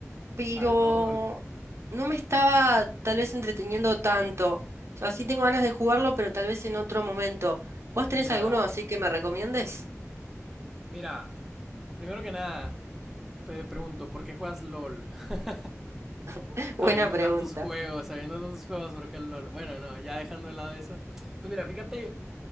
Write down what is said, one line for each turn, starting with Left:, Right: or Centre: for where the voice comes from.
Right: pero
Centre: Ah, LOL.
Right: no me estaba tal vez entreteniendo tanto. O sea, sí tengo ganas de jugarlo, pero tal vez en otro momento. ¿Vos tenés
Centre: Ya.
Right: alguno así que me recomiendes?
Centre: Mira, primero que nada, te pregunto, ¿por qué juegas LOL? <laughs>
Right: <laughs>
Centre: Habiendo
Right: Buena pregunta.
Centre: tantos juegos, habiendo tantos juegos, ¿por qué LOL? Bueno, no, ya dejando de lado eso. Pues mira, fíjate